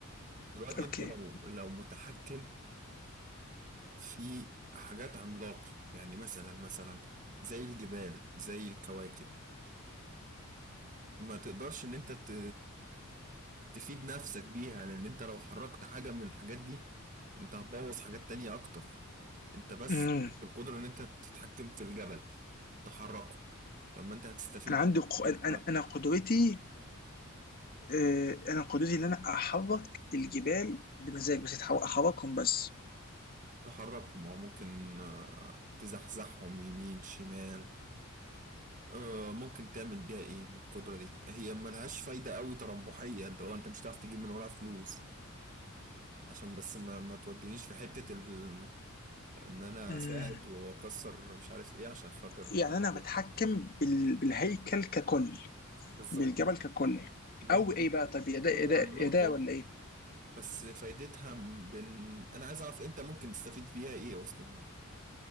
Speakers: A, on the right; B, on the left.
A: دلوقتي
B: اوكي
A: انت لو لو متحكم في حاجات عملاقة يعني مثلا مثلا زي الجبال زي الكواكب ما تقدرش ان انت ت... تفيد نفسك بيها لان انت لو حركت حاجة من الحاجات دي انت هتبوظ حاجات تانية اكتر انت بس
B: امم
A: القدرة ان انت تتحكم في الجبل تحركه طب ما انت هتستفيد
B: انا عندي ق...
A: بالحركة
B: انا انا قدوتي آه، انا قدوتي ان انا احرك الجبال بمزاج بس أتحر- احركهم بس
A: تحركهم او ممكن آه، تزحزحهم يمين شمال آه، ممكن تعمل بيها ايه بالقدرة دي هي ملهاش فايدة قوي تربحية اللي هو انت مش هتعرف تجيب من وراها فلوس عشان بس ما, ما تودينيش في حتة ال... ان انا
B: مم.
A: اساعد واكسر مش عارف ايه عشان خاطر
B: يعني انا
A: فلوس.
B: بتحكم بال... بالهيكل ككل
A: بالظبط
B: بالجبل ككل
A: اللي
B: او
A: هو انت
B: ايه
A: ليك
B: بقى طب يا ده
A: قوة
B: يا ده
A: عملاقة
B: يا ده ولا ايه
A: بس فايدتها م- بن... انا عايز اعرف انت ممكن تستفيد بيها ايه اصلا يعني